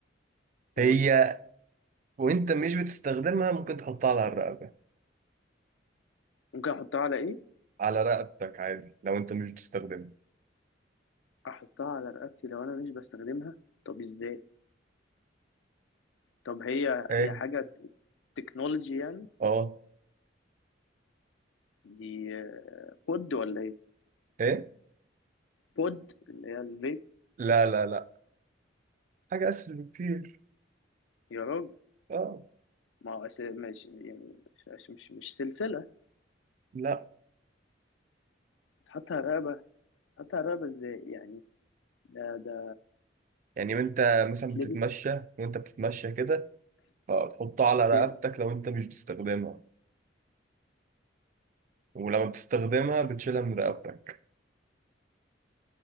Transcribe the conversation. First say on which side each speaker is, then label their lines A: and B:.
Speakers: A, on the right; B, on the left.
A: هي
B: قول
A: وانت مش بتستخدمها ممكن تحطها على الرقبه
B: ممكن احطها على ايه
A: على رقبتك عادي لو انت مش بتستخدمها
B: احطها على رقبتي لو انا مش بستخدمها طب ازاي طب هي
A: ايه
B: هي حاجه تكنولوجي يعني
A: اه
B: دي آه، بود ولا ايه
A: ايه
B: بود اللي هي الفيب
A: لا لا لا حاجة اسهل بكتير
B: يا راجل
A: اه
B: ما هو أس- مش يعني مش مش, مش سلسله
A: لا
B: تحط على الرقبه تحط على الرقبه ازاي يعني ده ده
A: يعني وانت
B: بتتلبس
A: مثلا بتتمشى وانت بتتمشى كده فتحطها على
B: اوكي
A: رقبتك لو انت مش بتستخدمها ولما بتستخدمها بتشيلها من رقبتك